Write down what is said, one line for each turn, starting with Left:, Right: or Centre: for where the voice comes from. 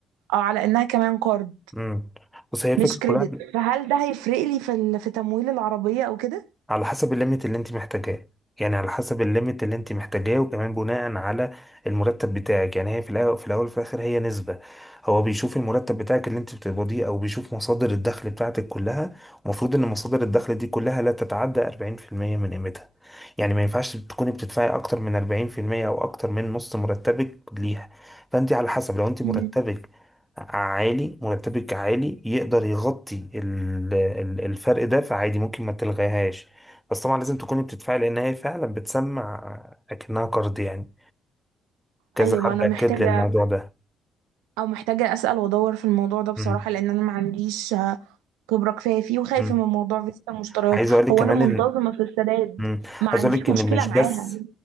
Right: اه على انها كمان كارد
Centre: امم بس هي الفكره
Right: مش كريدت
Centre: كلها
Right: فهل ده هيفرق لي في ال... في تمويل العربيه او كده
Centre: على حسب الليميت اللي انت محتاجاه يعني على حسب الليميت اللي انت محتاجاه وكمان بناء على المرتب بتاعك يعني هي في الاول في الاول وفي الاخر هي نسبة هو بيشوف المرتب بتاعك اللي انت بتقبضيه او بيشوف مصادر الدخل بتاعتك كلها المفروض ان مصادر الدخل دي كلها لا تتعدى 40% من قيمتها يعني ما ينفعش تكوني بتدفعي اكتر من 40% او اكتر من نص مرتبك ليها فانت على حسب لو انت
Right: مم.
Centre: مرتبك عالي مرتبك عالي يقدر يغطي ال- ال- الفرق ده فعادي ممكن ما تلغيهاش بس طبعا لازم تكوني بتدفعي لان هي فعلا بتسمع اكنها قرض يعني كذا
Right: ايوه
Centre: حد
Right: ما انا
Centre: اكد
Right: محتاجه
Centre: لي الموضوع ده
Right: او محتاجه اسال وادور في الموضوع ده بصراحه
Centre: مم.
Right: لان انا ما عنديش خبره كفايه فيه وخايفه
Centre: مم.
Right: من موضوع فيزا المشتريات
Centre: عايز اقول لك
Right: هو
Centre: كمان
Right: انا منتظمه في السداد
Centre: مم.
Right: ما
Centre: عايز
Right: عنديش
Centre: اقول لك
Right: مشكله
Centre: ان مش
Right: معاها
Centre: بس